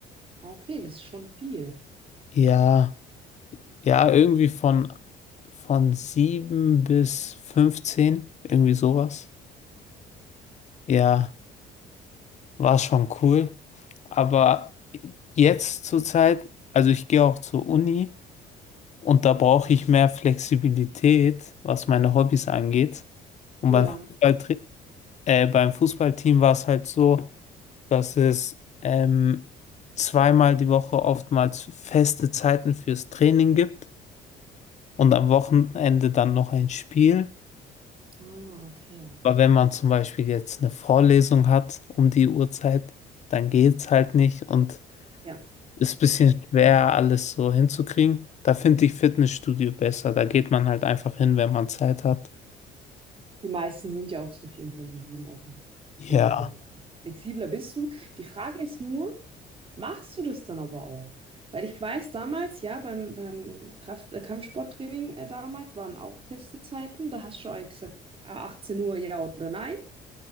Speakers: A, on the right; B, on the left.
A: okay, das ist schon viel.
B: Ja, ja, irgendwie von Von 7 bis 15 irgendwie sowas. Ja, war schon cool. Aber jetzt zur Zeit, also ich gehe auch zur Uni und da brauche ich mehr Flexibilität, was meine Hobbys angeht. Und
A: Ja.
B: beim Fußballtri- äh, beim Fußballteam war es halt so, dass es ähm, zweimal die Woche oftmals feste Zeiten fürs Training gibt und am Wochenende dann noch ein Spiel.
A: Ah, okay.
B: Aber wenn man zum Beispiel jetzt eine Vorlesung hat um die Uhrzeit, dann geht's halt nicht und
A: Ja.
B: ist ein bisschen
A: verstehe.
B: schwer, alles so hinzukriegen. Da finde ich Fitnessstudio besser. Da geht man halt einfach hin, wenn man Zeit hat.
A: Die meisten sind ja auch so 24-7 offen.
B: Ja,
A: Von dem her, ja. Flexibler bist du. Die Frage ist nur, Machst du das dann aber auch? Weil ich weiß damals, ja, beim, beim Kraft, äh, Kampfsporttraining äh, damals waren auch feste Zeiten. Da hast du auch gesagt, ah, 18 Uhr ja oder nein.